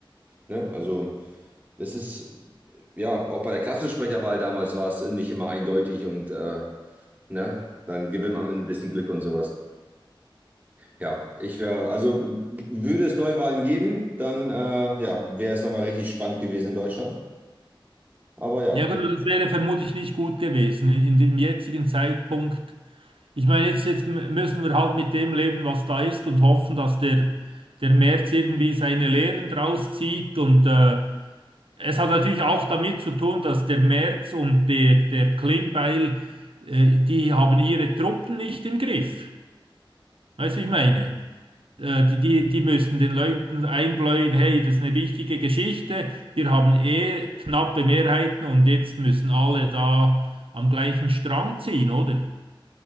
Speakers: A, on the right; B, on the right.
A: Ne? Also es ist, ja, auch bei der Klassensprecherwahl damals war es nicht immer eindeutig und äh, ne, dann gewinnt man mit ein bisschen Glück und sowas. Ja, ich wäre, also würde es Neuwahlen geben, dann äh, ja, wäre es nochmal richtig spannend gewesen in Deutschland. Aber ja.
B: Ja, gut, das wäre vermutlich nicht gut gewesen in, in dem jetzigen Zeitpunkt. Ich meine, jetzt, jetzt müssen wir halt mit dem leben, was da ist und hoffen, dass der, der März irgendwie seine Lehren draus zieht. Und äh, es hat natürlich auch damit zu tun, dass der März und der, der Klingbeil, äh, die haben ihre Truppen nicht im Griff. Weißt du, ich meine? Äh, Die, die, die müssten den Leuten einbläuen, hey, das ist eine wichtige Geschichte, wir haben eh knappe Mehrheiten und jetzt müssen alle da am gleichen Strang ziehen, oder?